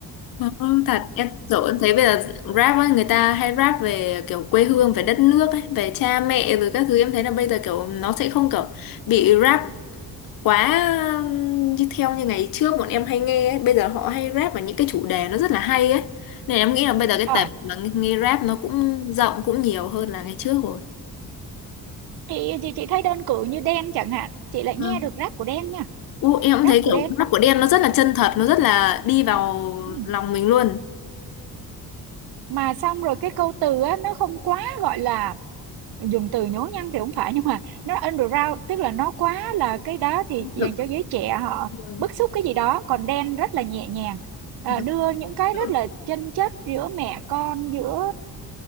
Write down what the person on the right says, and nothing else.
ờ
chị chị chị thấy đơn cử như Đen chẳng hạn chị lại
nghe được rap của Đen nha
rap
của
Đen
ừ.
mà xong rồi cái câu từ á nó không quá gọi là dùng từ nhố nhăng thì cũng phải nhưng mà nó underground tức là nó quá là cái đó thì dành
cho giới trẻ họ
bức xúc cái gì đó còn Đen rất là nhẹ nhàng à,
đưa những cái
rất là chân chất giữa mẹ con giữa